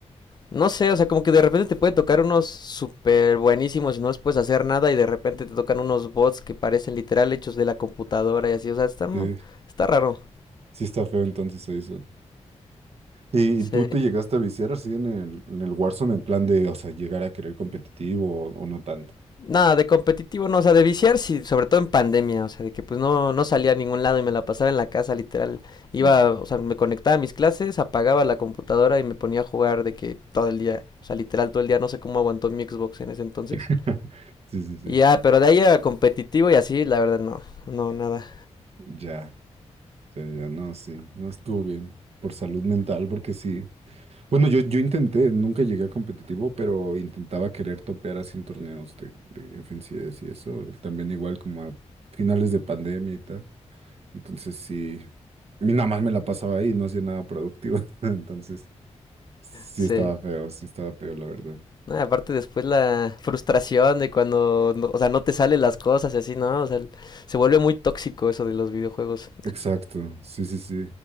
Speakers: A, on the left; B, on the right.
A: no sé, o sea, como que de repente te puede tocar unos súper buenísimos y no les puedes hacer nada y de repente te tocan unos bots que parecen literal hechos de la computadora y así, o sea, está, mu-
B: Sí,
A: está raro.
B: sí está feo entonces eso. ¿Y,
A: Sí.
B: y tú te llegaste a viciar así en el, en el Warzone en plan de, o sea, llegar a querer competitivo o, o no tanto?
A: Nada, de competitivo no, o sea, de viciar sí, sobre todo en pandemia, o sea, de que pues no, no salía a ningún lado y me la pasaba en la casa, literal. Iba,
B: Mm.
A: o sea, me conectaba a mis clases, apagaba la computadora y me ponía a jugar de que todo el día, o sea, literal todo el día, no sé cómo aguantó mi Xbox en ese entonces.
B: <laughs> Sí, sí, sí.
A: Y ya, pero de ahí a competitivo y así, la verdad no, no, nada,
B: Ya, ya, ya, no, sí, no estuvo bien por salud mental porque sí. Bueno, yo, yo intenté, nunca llegué a competitivo, pero intentaba querer topear así en torneos de, de FNCS y eso, también igual como a finales de pandemia y tal. Entonces sí, y nada más me la pasaba ahí, no hacía nada productivo. <laughs> Entonces sí
A: sí.
B: estaba feo, sí estaba feo, la verdad.
A: No, aparte después la frustración de cuando, no- o sea, no te salen las cosas y así, ¿no? O sea, se vuelve muy tóxico eso de los videojuegos.
B: Exacto, sí, sí, sí.